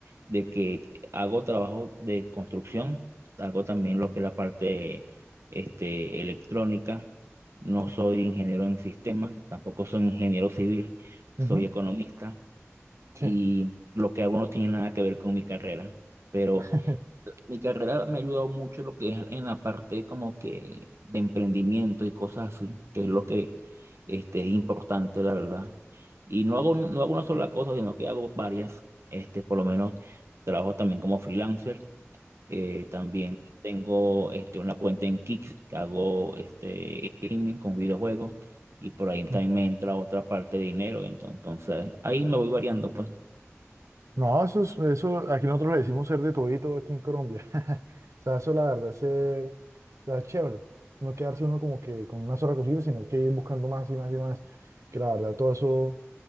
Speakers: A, on the right; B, on the right.
A: de que hago trabajo de construcción, hago también lo que es la parte, este, electrónica. No soy ingeniero en sistemas, tampoco soy ingeniero civil,
B: ujú,
A: soy economista.
B: sí.
A: y lo que hago no tiene nada que ver con mi carrera. Pero
B: <laughs>
A: mi carrera me ha ayudado mucho lo que es en la parte como que de emprendimiento y cosas así, que es lo que este, es importante, la verdad. Y no hago, no hago una sola cosa, sino que hago varias. Este, por lo menos trabajo también como freelancer. Eh, también tengo este, una cuenta en Kick que hago este, gaming con videojuegos. Y por ahí también
B: Ujú,
A: me entra otra parte de dinero. Entonces, entonces ahí me voy variando, pues.
B: No, eso es, eso, aquí nosotros le decimos ser de todito aquí en Colombia. <laughs> O sea, eso la verdad es ser, la sea, chévere. No quedarse uno como que con una sola cosita, sino que ir buscando más y más y más. Que la verdad todo eso